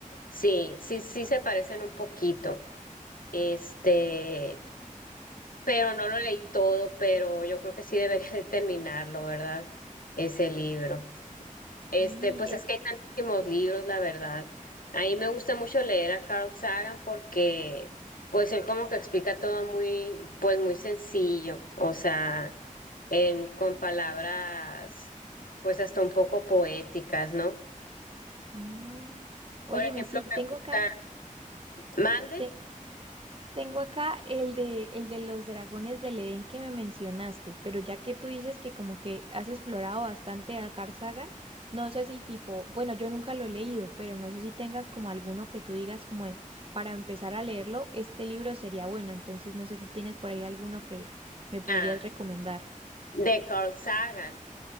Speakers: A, on the left; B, on the right.
A: Sí, sí, sí se parecen un poquito. Este, pero no lo leí todo, pero yo creo que sí debería de terminarlo, ¿verdad? Ese libro. Este,
B: Sí,
A: pues
B: es...
A: es que hay tantísimos libros, la verdad. A mí me gusta mucho leer a Carl Sagan porque, pues él como que explica todo muy, pues muy sencillo, o sea, en, con palabras, pues hasta un poco poéticas, ¿no?
B: mm, Óyeme,
A: Por ejemplo,
B: sí,
A: me
B: tengo
A: gusta
B: acá,
A: Mande,
B: te- Tengo acá el de, el de los dragones del Edén que me mencionaste, pero ya que tú dices que como que has explorado bastante a Carl Sagan, no sé si tipo, bueno, yo nunca lo he leído, pero no sé si tengas como alguno que tú digas como de, para empezar a leerlo, este libro sería bueno, entonces no sé si tienes por ahí alguno que me podrías
A: ah,
B: recomendar.
A: de Carl Sagan.